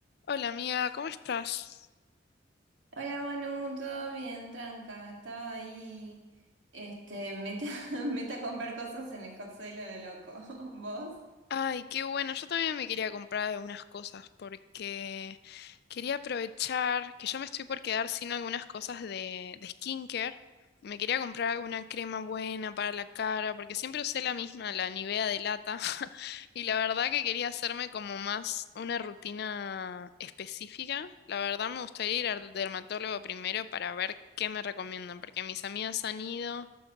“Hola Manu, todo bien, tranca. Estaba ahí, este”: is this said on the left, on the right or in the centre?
Right